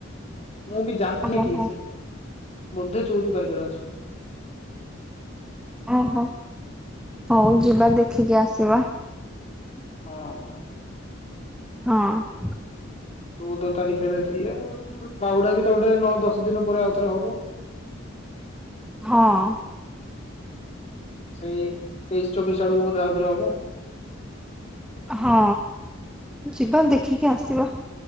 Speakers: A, on the left (about 35°); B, in the centre.
A: ମୁଁ ବି ଜାଣିନି
B: ଓହୋ
A: ଠିକ ସେ, ବୋଧେ ଚଉଦ ତାରିଖରେ ଅଛି?
B: ଓହୋ ହଉ ଯିବା ଦେଖିକି ଆସିବା।
A: ହଁ
B: ହଁ
A: ଚଉଦ ତାରିଖରେ ଥିଲେ ବାହୁଡା ବି ତ ଗୋଟେ ନଅ ଦଶ ଦିନ ପରେ ଆଉଥରେ ହବ।
B: ହଁ
A: ସେଇ ତେଇଶି ଚବିଶ ଆଡକୁ ବୋଧେ ଆଉଥରେ ହବ।
B: ହଁ ଯିବା ଦେଖିକି ଆସିବ।